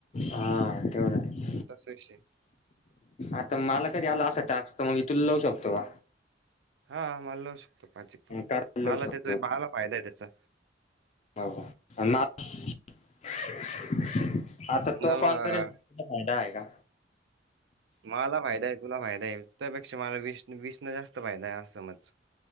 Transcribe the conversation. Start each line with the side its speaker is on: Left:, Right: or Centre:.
Left: हा तेवढा
Right: तस विषय.
Left: आता मला कधी आला असा टास्क त म मी तुला लावू शकतो का?
Right: हा माला लावू शकतो पाचि फोन
Left: का लावू
Right: माला
Left: शकतो
Right: त्याचा माला फायदा आहे त्याचा.
Left: <unintelligible> आता
Right: समजा
Left: तो कॉन करेल तुला फायदा आहे का?
Right: माला फायदा आहे तुला फायदा आहे, तुयापेक्षा मला वीस-वीस न जास्त फायदा आहे असं समज.